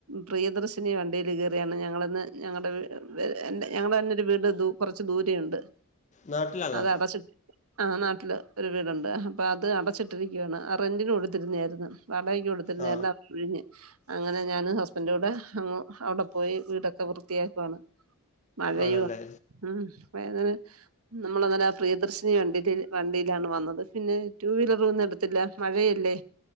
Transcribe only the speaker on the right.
പ്രിയദർശിനി വണ്ടിയിൽ കയറിയാണ് ഞങ്ങളിന്ന് ഞങ്ങളുടെ ഞങ്ങളുടെ തന്നൊരു വീട് ദൂ കൊറച്ച് ദൂരെ ഉണ്ട്
അത് അടച്ചിട്ടി ആഹ് നാട്ടില് ഒരു വീടുണ്ട് അപ്പൊ അത് അടച്ചിട്ടിരിക്കുവാണ് ആ റെന്റിന് കൊടുത്തിരുന്നായിരുന്നു വാടകക്ക് കൊടു
<unintelligible> അങ്ങനെ ഞനും ഹസ്ബൻഡുടെ അങ്ങ് അവിടെ പോയി വീടൊക്കെ വൃത്തിയാക്കുവാണ്. മഴയും
ഉം വേങ്ങല് നമ്മളിന്നലെ ആ പ്രിയദർശിനി വണ്ടില് വണ്ടിയിലാണ് വന്നത് പിന്നെ ടു വീലറ് ഒന്നും എടുതീല്ല.. മഴയല്ലേ.